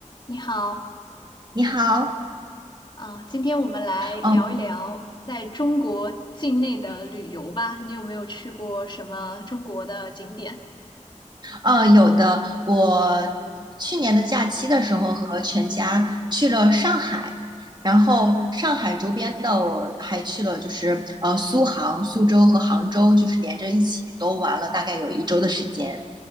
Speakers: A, on the left; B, on the right.
A: 你好，
B: 你好，
A: 啊，今天我们来聊一聊在中国境内的旅游吧。
B: 嗯，
A: 你有没有去过什么中国的景点？
B: 呃，有的。我去年的假期的时候和全家去了上海，然后上海周边的我还去了，就是呃苏杭、苏州和杭州，就是连着一起都玩了，大概有一周的时间。